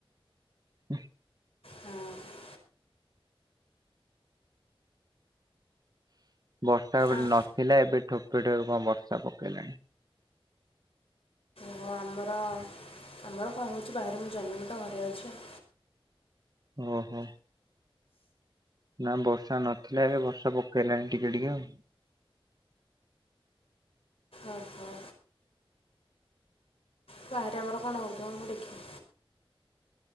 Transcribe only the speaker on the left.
ହଁ
ଆଁ,
ହଁ ଆମର ଆମର କଣ ହଉଚି ବାହାରେ ମୁଁ ଜାନିନି ତ ଘରେ ଅଛି ଆଉ।
ଓ ହୋ। ବାହାରେ ଆମର କଣ ହୋଉଥିବ ମୁଁ ଦେଖି